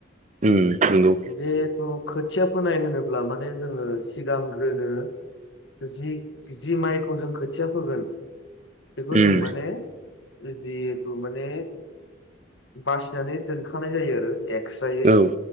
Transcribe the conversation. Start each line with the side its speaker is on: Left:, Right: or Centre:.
Right: उम नंगौ
Left: जिहेथु खोथिया फोनाय होनोब्ला माने जोङो सिगांग्रोनो जि जि माइखौ जों खोथिया फोगोन बेखौ
Right: उम
Left: जों माने जिहेथु माने बासिनानै दोनखांनाय जायो आरो एकस्रायै
Right: औ